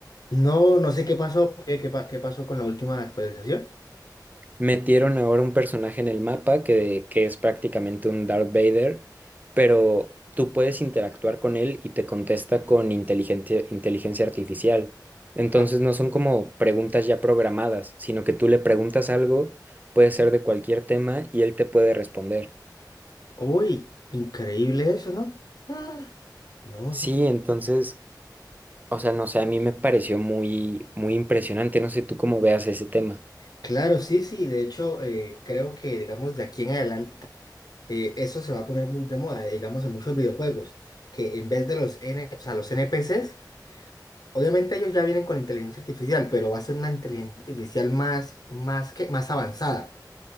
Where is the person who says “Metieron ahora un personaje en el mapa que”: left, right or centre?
Right